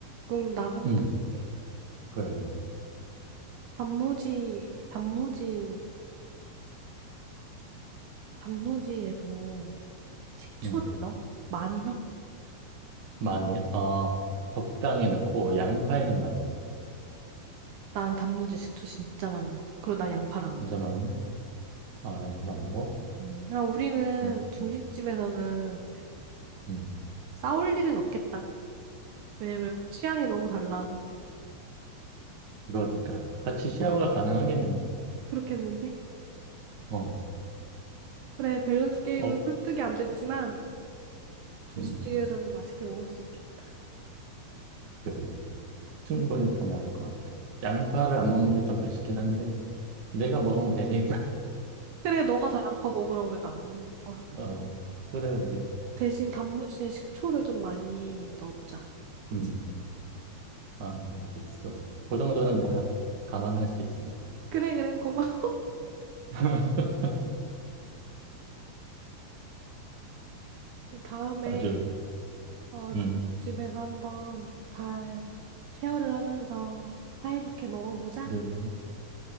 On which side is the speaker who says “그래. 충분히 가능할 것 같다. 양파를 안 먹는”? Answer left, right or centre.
Right